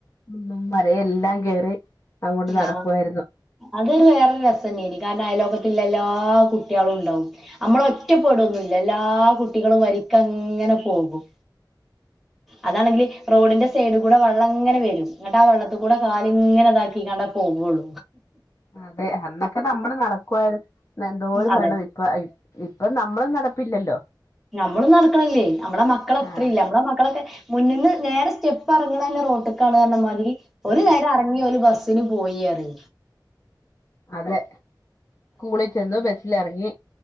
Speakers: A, on the left (about 40°); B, in the centre.
A: ഒന്നും മലയെല്ലാം കേറി അങ്ങോട്ട് നടക്കുവായിരുന്നു
B: ആ അതൊരു വേറൊരു രസം തന്നെയനി കാരണംയാലും എല്ലാ കുട്ടികളും ഉണ്ടാവും നമ്മള ഒറ്റപ്പെടൊന്നില്ല എല്ലാ കുട്ടികളും വരിക്കങ്ങ ഇങ്ങനെ പോകും അതാണെങ്കില് റോഡിന്റെ സൈഡ് കൂടെ വെള്ളം അങ്ങനെ വരും എന്നങ്ങിട്ട് ആ വെള്ളത്തിൽ കൂടെ കാല ഇങ്ങനെ ഇതാക്കി ണ്ട പോവുള്ളൂ
A: അതെ അന്നൊക്കെ നമ്മള് നടക്കുവ എന്തോ ഒരു
B: അതെ
A: മേളം ഇപ്പ ഇപ്പൊ നമ്മളെ നടപ്പില്ലല്ലോ
B: നമ്മള നടക്കണില്ലേ നമ്മടെ മക്കള അത്ര
A: ആഹ്
B: ഇല്ല നമ്മളടെ മക്കളൊക്കെ മുന്നിന്ന് നേരെ സ്റ്റെപ്പ് ഇറങ്ങണം എന്നന്നെ റോട്ടക്കാണ് കാരണമാതിരി ഒരു നേരം ഇറങ്ങി ഒരു ബസ്സിന് പോയി റി
A: അതെ സ്കൂളിൽ ചെന്നു ബസ്സൽ ഇറങ്ങി